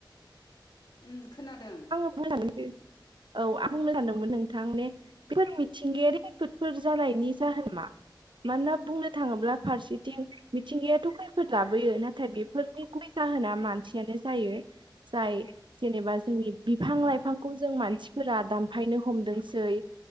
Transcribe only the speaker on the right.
<unintelligible> औ आं बुंनो सानदोंमोन नोंथां माने फोर मिथिंगायारि खैफोदफोर जानायनि जाहोन मा? मानोना बुंनो थाङोब्ला फारसेथिं मिथिंगायाथ' खैफद लाबोयो नाथाय बेफोरनि गुबै जाहोना मानसियानो जायो। जाय जेनेबा जोंनि बिफां
लाइफां खौ जों मानसिफोरा दानफायनो हमदोंसै